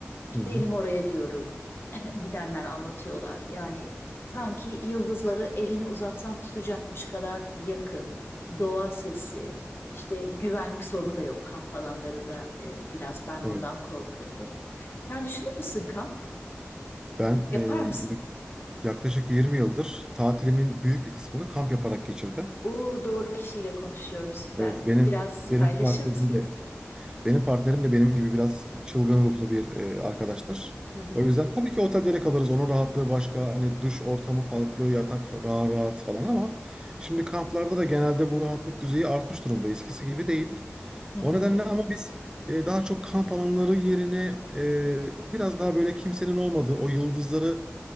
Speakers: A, on the right (about 15°); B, on the left (about 55°).
A: Hı hı.
B: Gidelim oraya diyorum. <clears throat> <laughs> Gidenler anlatıyorlar. Yani sanki yıldızları elini uzatsan tutacakmış kadar yakın. Doğa sesi, işte güvenlik sorunu da yok kamp alanlarında e, biraz ben
A: Evet.
B: bundan korkuyordum. Sen düşünür müsün kamp?
A: Ben
B: Yapar
A: e,
B: mısın?
A: Yaklaşık 20 yıldır tatilimin büyük bir kısmını kamp yaparak geçirdim.
B: Oo doğru kişiyle konuşuyorum süper.
A: Evet, benim
B: Biraz
A: benim
B: paylaşır
A: partnerim
B: mısın?
A: de benim partnerim de benim gibi biraz çılgın ruhlu bir e, arkadaştır.
B: Hı hı
A: O yüzden tabii ki otellere kalırız. Onun rahatlığı başka. Hani duş ortamı farklı, yatak fa- rahat rahat falan ama şimdi kamplarda da genelde bu rahatlık düzeyi artmış durumda. Eskisi gibi değil.
B: hı
A: O
B: hı.
A: nedenle ama biz e, daha çok kamp alanları yerine e, biraz daha böyle kimsenin olmadığı o yıldızları